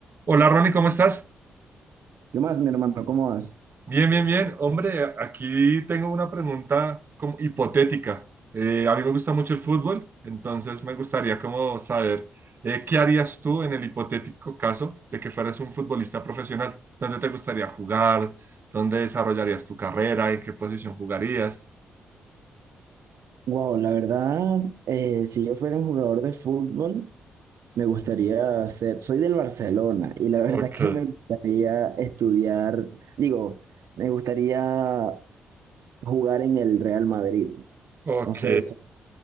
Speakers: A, on the right; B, on the right.
A: Hola Ronnie, ¿cómo estás?
B: ¿Qué más, mi hermano? ¿Cómo vas?
A: Bien, bien, bien. Hombre, aquí tengo una pregunta como hipotética. Eh, a mí me gusta mucho el fútbol, entonces me gustaría como saber eh, qué harías tú en el hipotético caso de que fueras un futbolista profesional. ¿Dónde te gustaría jugar? ¿Dónde desarrollarías tu carrera? ¿En qué posición jugarías?
B: Wow, la verdad, eh, si yo fuera un jugador de fútbol, me gustaría ser, soy del Barcelona y la verdad
A: Ok,
B: que me gustaría estudiar, digo, me gustaría jugar en el Real Madrid.
A: ok,
B: No sé, so-